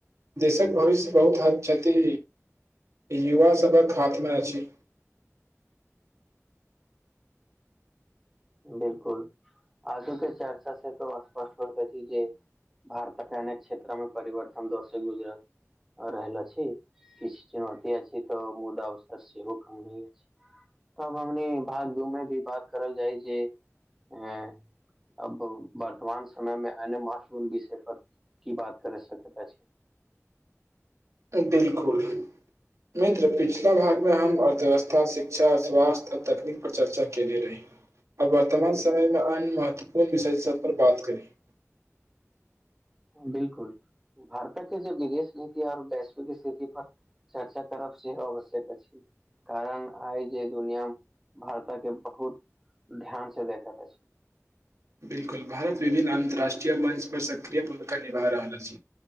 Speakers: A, on the right; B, in the centre.
A: देशक भविष्य बहुत हद छथि युवा सभक हाथ में अछि
B: बिल्कुल आजुके चरचा से तऽ स्पष्ट होइत अछि जे भारत के अनेक क्षेत्रो मे परिवर्तन दौर से गुजरैइ आ रहल अछि किछु चुनौती अछि छी तऽ मुदा अवसर सेहो कम नई अछि तब हमनी भाग दू में भी बात करल जाइ जे ऐं अब वर्तमान समय मे आने मा सी बिषय पर की बात करै सकैत अछि
A: त बिलकुल मित्र पिछला भागमे हम अर्थव्यवस्था शिक्षा स्वास्थ्य आ तकनीक पर चर्चा केने रही आब वर्तमान समय मे अन्य महत्वपूर्ण विषय सब पर बात करी
B: बिलकुल भारतक के जे विदेश नीति और वैश्विक स्थिति पर चर्चा करब सेहो आवश्यक अछि कारण आइ जे दुनिया भारतक के बहुत ध्यान से देखाेत अछि
A: बिलकुल भारत विभिन्न अन्तर्राष्ट्रीय मंच पर सक्रिय भूमिका निभा रहल अछि